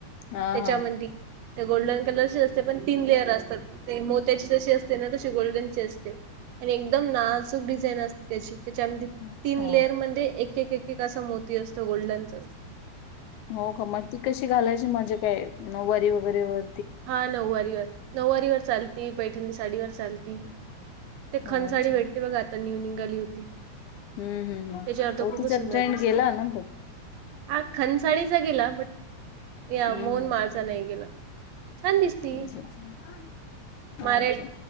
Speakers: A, on the left; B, on the right.
A: हा
B: त्याच्यामध्ये
A: हा
B: गोल्डन कलरची अस पण तीन लेअर असतात ते मोत्याची जशी असते ना तशी गोल्डन चे असते. आणि एकदम नाजूक डिझाईन अस त्याची त्याच्यामध्ये
A: अच्छा
B: तीन लेअरमध्येध्ये एक एक एक असं मोती असतो गोल्डनच.
A: हो का मग ती कशी घालायची माझ्या काय वारी वगैरे वर.
B: हा नऊवारीवर नऊवारीवर चाल ती पैठणी साडीवरर चालती ते
A: अच्छा
B: खण साडी भेटते बघ आता नेहऊन निघाली होती.
A: हम्म हम्म हम्म
B: त्याच्यावर तर
A: हो
B: खूपच
A: तिचा
B: सुंदर
A: ट्रेंड
B: दिसती.
A: गेला ना पण.
B: हा खनसाळीचा गेला बट या
A: हम्म
B: मोहन माळचा नाही गेला. छान दिसती
A: हम्म अच्छा अच्छा
B: मारे
A: अच्छा